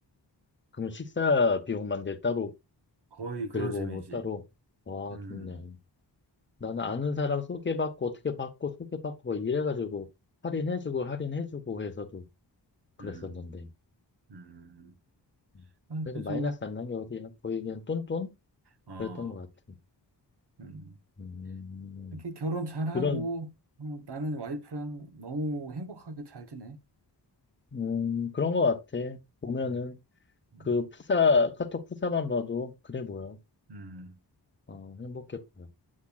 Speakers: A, on the left (about 25°); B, on the right (about 65°).
A: 그럼 식사 비용만 내 따로
B: 거의 그런
A: 들고,
B: 셈이지.
A: 뭐 따로. 와,
B: 음,
A: 좋네. 나는 아는 사람 소개받고, 어떻게 받고, 소개받고, 뭐 이래가지고, 할인해주고, 할인해주고 해서도 그랬었는데.
B: 음, 음.
A: 음,
B: 아,
A: 그래도
B: 그래서
A: 마이너스 안 난 게 어디야? 거의 그냥 똔똔?
B: 어.
A: 그랬던 것 같아.
B: 음.
A: 음,
B: 이렇게 결혼 잘하고
A: 그런,
B: 어, 나는 와이프랑 너무 행복하게 잘 지내.
A: 음, 그런 것 같아. 보면은.
B: 음, 음.
A: 그 프사, 카톡 프사만 봐도, 그래 뭐야.
B: 음,
A: 어, 행복했 보여.